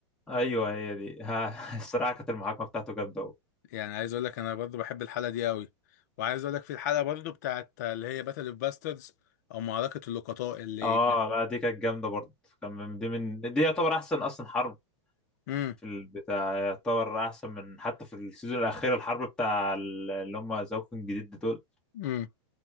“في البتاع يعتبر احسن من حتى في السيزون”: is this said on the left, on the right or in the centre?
Centre